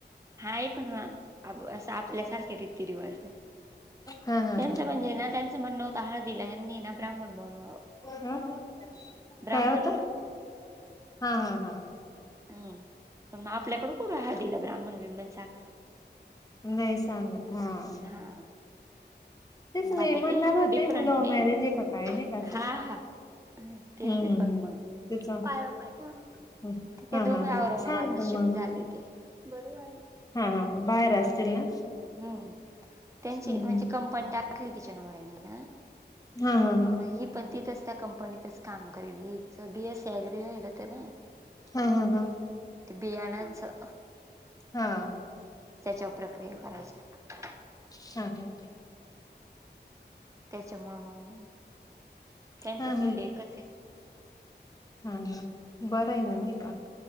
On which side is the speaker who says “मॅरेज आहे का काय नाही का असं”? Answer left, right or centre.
Left